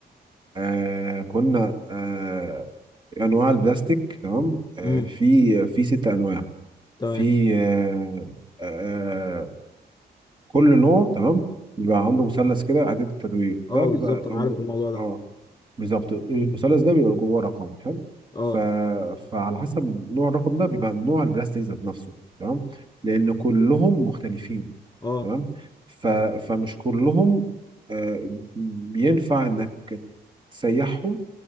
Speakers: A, on the right (about 25°); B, on the left (about 25°).
A: آه كنا آه انواع البلاستيك تمام آه
B: امم
A: في في ست انواع
B: تمام
A: في آه آه كل نوع تمام بيبقى عنده مثلث كده إعادة تدوير
B: اه
A: ده بيبقى
B: بالظبط انا عارف الموضوع ده
A: اه بالظبط المثلث ده بيبقى جواه رقم حلو
B: اه
A: ف... فعلى حسب نوع الرقم ده بيبقى نوع البلاستيك ذات نفسه تمام لأن كلهم مختلفين
B: اه
A: تمام ف... فمش كلهم آه ينفع إنك تسيحهم